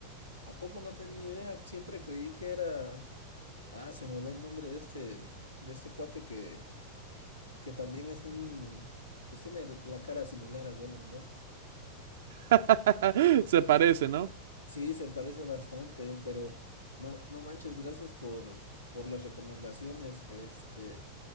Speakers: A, on the left (about 85°); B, on the right (about 60°).
A: ¿A poco no tenía idea? Siempre creí que era... Ah, se me va el nombre de este, de este cuate que, que también es un... Pues tiene la cara similar a Gollum, ¿no?
B: <laughs> Se parece, ¿no?
A: Sí, se parece bastante, pero no, no manches, gracias por, por las recomendaciones. Este,